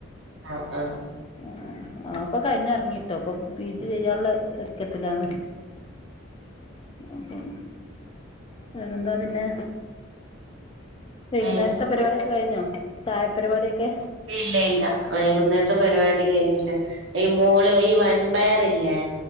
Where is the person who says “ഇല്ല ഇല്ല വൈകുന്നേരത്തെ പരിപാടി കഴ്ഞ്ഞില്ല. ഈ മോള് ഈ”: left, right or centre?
Right